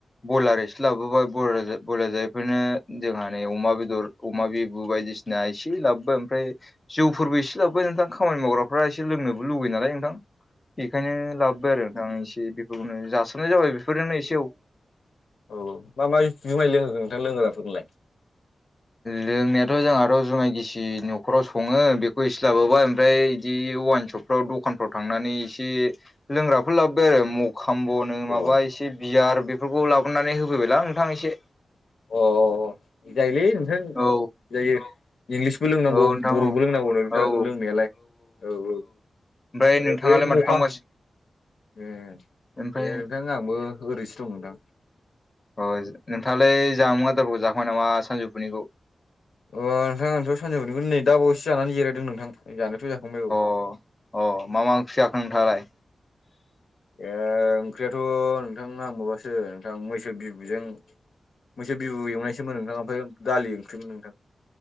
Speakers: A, on the left; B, on the left.
A: बयलार एसे लाबोबाय बय-बयलार जारफोरनो जोंहा नै अमा बेदर अमा बे बायदिसिना एसे लाबोबाय ओमफ्राय जौफोरबो इसे लाबोबाय नोंथां खामानि मावग्राफ्रा एसे लोंनोबो लुुबैयो नालाय नोंथां। बेखायनो लाबोबाय आरो नोंथां आ एसे बेफोरखौनो जासाननाय जाबाय बेफोरजोंनो एसे औ।
B: औ मा मा जुमाय लोंहो खो नोंथां लोंग्राफोरखौलाय?
A: लोंनायाथ' जोंहाथ' जुमाइ गिसि न'खराव सङो बेखौ इसे लाबोबाय ओमफ्राय बिदि अवाइन सप फ्राव दखानफ्राव थांनानै एसे लोंग्राफोर लाबोबाय आरो म खामब'नो माबा
B: अ
A: एसे बियार बेफोरखौ लाबोनानै होबोबायलां नोंथां एसे‌
B: अ जायोलै नोंथां
A: औ
B: जायो‌। इंलिसबो लोंनांगौ
A: औ नोंथां
B: बर'बो
A: औ
B: लोंनांगौ नोंथां
A: औ
B: लोंनायालाय औ औ।
A: ओमफ्राय
B: ओरै
A: नोंथाङालाय
B: बे मुखाम
A: माथो खालामगासिनो
B: ए
A: ओमफ्राय
B: दे नोंथां <unintelligible> आंबो ओरैसो दं नोंथां।
A: अ नोंथाङालाय जामुं आदारखौ जाखांबाय नामा सानजौफुनिखौ?
B: अ नोंथां आंथ' सानजौफुनिखौ नै दा बावयैसो जानानै जिरायदों नोंथां जानायाथ' जाखांबाय औ।
A: अ अ मा मा ओख्रि जाखो नोंथाङालाय?
B: ए ओंख्रियाथ' नोंथां आं माबासो ओ नोंथां मैसो बिबुजों मैसो बिबु एवनायसोमोन नोंथां ओमफ्राय दालि ओंख्रिमोन नोंथां।